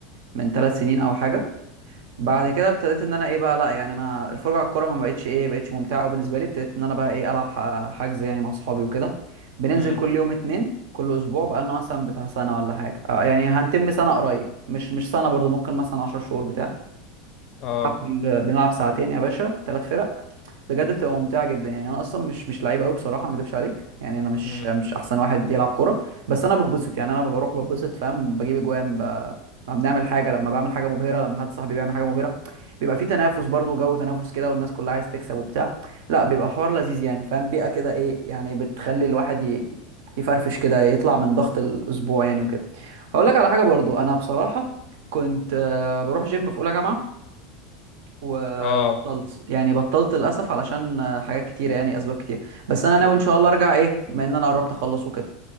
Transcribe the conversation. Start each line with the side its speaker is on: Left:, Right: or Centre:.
Right: من ثلاث سنين او حاجة بعد كده ابتديت ان انا ايه بقى لا يعني انا الفرجه على الكوره ما بقتش ايه بقتش ممتعه قوي بالنسبه لي ابتديت ان انا بقى ايه العب ح- حجز يعني مع اصحابي وكده بننزل
Left: امم
Right: كل يوم اتنين كل اسبوع بقى لنا مثلا بتاع سنه ولا حاجه آه، يعني هنتم سنه قريب مش مش سنه برضو ممكن مثلا 10 شهور بتاع
Left: آه
Right: بنلعب كل- بنلعب ساعتين يا باشا ثلاث فرق بجد بتبقى ممتعه جدا يعني انا اصلا مش مش لعيب قوي بصراحه ما اكدبش عليك يعني انا مش
Left: امم
Right: مش احسن واحد يلعب كوره بس انا بتبسط يعني انا بروح بتبسط فاهم بجيب اجوان ب... لما بنعمل حاجه لما بعمل حاجه مبهره لما حد صاحبي بيعمل حاجه مبهره بيبقى في تنافس برضه جو تنافس كده والناس كلها عايز تكسب وبتاع لا بيبقى حوار لذيذ يعني فاهم بيئه كده ايه يعني بتخلي الواحد ي... يفرفش كده يطلع من ضغط الاسبوع يعني وكده هقول لك على حاجه برضو انا بصراحه كنت آه، بروح جيم في اولى جامعه وبطلت
Left: آه
Right: يعني بطلت للاسف علشان آه، حاجات كتيره يعني اسباب كتير بس انا
Left: طب
Right: ناوي ان شاء الله ارجع ايه بما ان انا قربت اخلص وكده